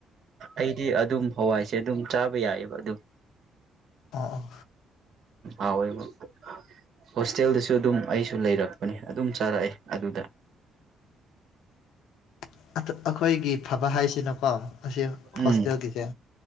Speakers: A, on the right (about 60°); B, on the left (about 85°).
A: ꯑꯩꯗꯤ ꯑꯗꯨꯝ ꯍꯋꯥꯏꯁꯦ ꯑꯗꯨꯝ ꯆꯥꯕ ꯌꯥꯏꯌꯦꯕ ꯑꯗꯨꯝ
B: ꯑꯑꯣ
A: ꯍꯥꯎꯌꯦꯕꯥ ꯍꯣꯁꯇꯦꯜꯗꯁꯨ ꯑꯗꯨꯝ ꯑꯩꯁꯨ ꯂꯩꯔꯛꯄꯅꯤ ꯑꯗꯨꯝ ꯆꯥꯔꯛꯑꯦ ꯑꯗꯨꯗ
B: <inaudible> ꯑꯩꯈꯣꯏꯒꯤ ꯐꯕ ꯍꯥꯏꯁꯤꯅꯀꯣ ꯑꯁꯤ
A: ꯎꯝ
B: ꯍꯣꯁꯇꯦꯜꯒꯤꯁꯦ